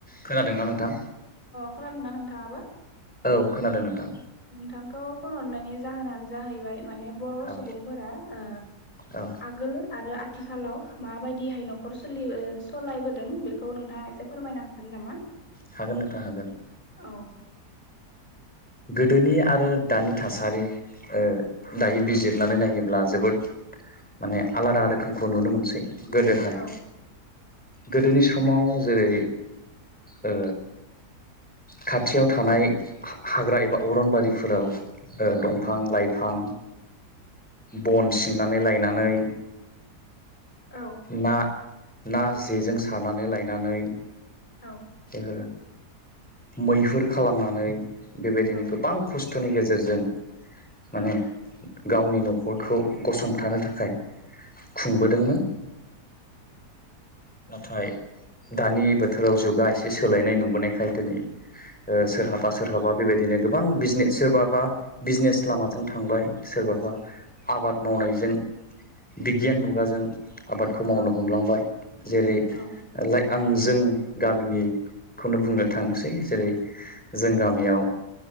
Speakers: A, in the centre; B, on the left (about 25°).
A: खोनादोंना नोंथां?
B: खोनादों ना नोंथाङाबो?
A: औ खोनादों नोंथां
B: नोंथांखौ फन हरनायनि जाहोनानो जाहैबाय माने बर'
A: औ
B: सुबुंफोरा ओ
A: औ
B: आगोल आरो आ थिखालाव माबायदिहाय न'खर सोलि ओ सलायबोदों बे औ नोंथाङा एसे फोरमायनो हागोन नामा?
A: हागोन नोंथां हागोन
B: औ
A: गोदोनि आरो दानि थासारि ओ
B: औ
A: दायो बिजिरनानै नायोब्ला जोबोद मानि आलादा रोखोमखौ नुनो मोनसै गोदोहाय
B: औ
A: गोदोनि समाव जेरै ओ खाथियाव थानाय हाग्रा एबा अरनबारिफोआव ओ
B: औ
A: दंफां लाइफां बन सिननानै लायनानै
B: औ
A: ना ना जेजों सारनानै लायनानै
B: औ
A: ओ मैहुर खालामनानै बेबायदिनो
B: औ
A: गोबां खस्थ'नि गेजेरजों
B: औ
A: मानि गावनि न'खरखौ गसंथानो थाखाय खुंबोदोंमोन
B: औ
A: नाथाय दानि बोथोराव जुगा एसे सोलायनाय नुबोनायखाय दोनै ओ सोरहाबा सोरहाबा बेबायदिनो गोबां बिजनेस सोरबा बा बिजनेस लामाजों थांबाय सोरबा बा आबाद मावनायजों बिगियान मुगाजों आबादखौ मावनो
B: औ
A: हमलांबाय जेरै
B: औ
A: लाइक आं जों ओ गामिनिखौनो बुंनो थांनोसै जेरै जों गामियाव